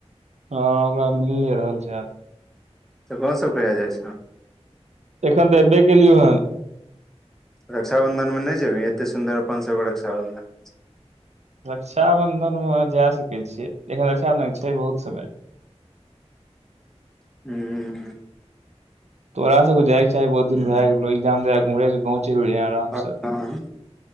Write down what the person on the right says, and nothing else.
ह ओकरा मिल नहि रहल छै आदी।
एखन तऽबे केलियौ हन।
रक्षाबंधन मे जाय सकै छियै एखन रक्षांधन छै बहुत समय।
तोहरा सब को जाइके चाही बहुत दिन भए गेलग्जाममहरे। गांव चलि हें आराम
से